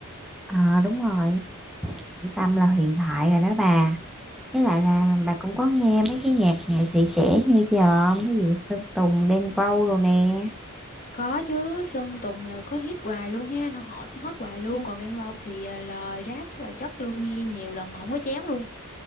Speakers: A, in the centre; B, on the left (about 40°).
A: Ờ đúng rồi, Tâm là huyền thoại rồi đó bà. Với lại là bà cũng có nghe mấy cái nhạc nghệ sĩ trẻ như bây giờ không? Cái gì Sơn Tùng, Đen Vâu đồ nè.
B: Có chứ, Sơn Tùng là có hit hoài luôn ha, nó hot, hot hoài luôn. Còn Đen Vâu thì à, lời rap rất là chất luôn, nghe nhiều lần mà không có chán luôn.